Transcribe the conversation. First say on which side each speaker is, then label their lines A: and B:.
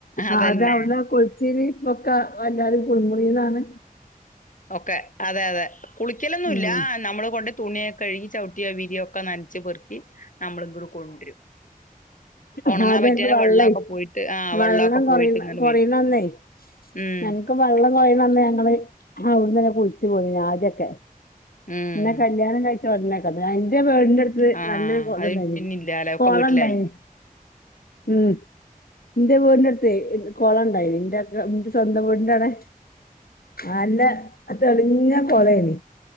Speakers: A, on the left; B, on the left.
A: ആ
B: അതന്നെ
A: ആദ്യവ്ട്ന്നാ കുളിച്ചീനി ഇപ്പോക്കെ എല്ലാരും കുൾമുറീന്നാണ്
B: ഒക്കെ അതെ അതെ കുളിക്കലൊന്നുല്ല
A: ഉം
B: നമ്മൾ കൊണ്ട് തുണിയൊക്കെ കഴുകി, ചവിട്ടിയ വിരിയ ഒക്കെ നനച്ച് പെറുക്കി നമ്മളി ഇങ്ങോട് കൊണ്ടുവരും.
A: ആ
B: ഉണങ്ങാൻ
A: അതെ
B: പറ്റിയ
A: വള്ളേ
B: വെള്ളമൊക്കെ പോയിട്ട് ആ
A: വള്ളം
B: വെള്ളമൊക്കെ പോയിട്ട്
A: കൊറീ
B: ഇങ്ങനെ
A: കൊറിന്നനെ
B: വരും ഉം
A: ഞങ്ങക്ക് വള്ളം വരിണന്ന് ഞങ്ങള് അവട്ന്നാ കുളിച്ചു പോരും ആദ്യൊക്കെ.
B: ഉം
A: ന്നെ കല്യാണം കഴിച്ച ഉടനെക്കെ എന്റെ വീടിന്റട്ത്ത്
B: ആഹ്
A: നല്ലൊരു കൊളംണ്ടായിനി,
B: അത് പിന്നില്ലാലോ
A: കൊളം
B: ഒക്കെ വീട്ടിലായി
A: ഇണ്ടായിനി. മ്മ്ഹ് ന്റെ വീടിന്റെ അടുത്ത് കൊളം ഉണ്ടായിനി. ന്റെ ഒക്ക ന്റെ സ്വന്തം വീടിന്റണെ. <unintelligible> തെളിഞ്ഞ കോളേനി.